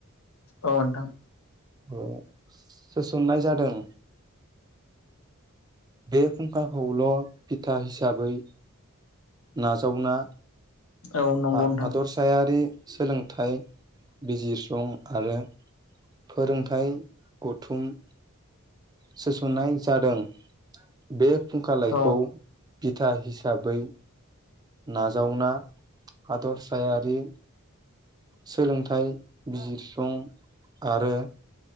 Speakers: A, on the left; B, on the right.
A: अ नोंथां।
B: अ सोसननाय जादों। बे फुंखाखौल' बिथा हिसाबै नाजावना
A: औ नंगौ
B: हादरसायारि
A: नोंथां
B: सोलोंथाइ बिजिरसं आरो फोरोंथाइ गथुम सोसननाय जादों। बे फुंखालायखौ
A: औ
B: बिथा हिसाबै नाजावना हादरसायारि सोलोंथाइ बिजिरसफुं आरो